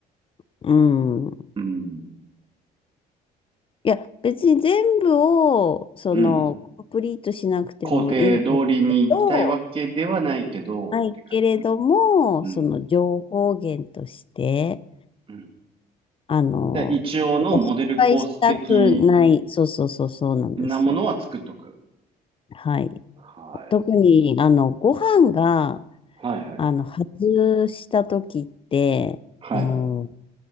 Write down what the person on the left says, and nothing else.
うん。
いや、別に全部を、その、
コンプリートしなくてもいいんですけど、
ないけれども、
その情報源として、
あの、
やっぱ失敗したくない、そうそうそうそうなんですよ。
はい。
特に、あの、ご飯が、
あの、外した時って、
もう、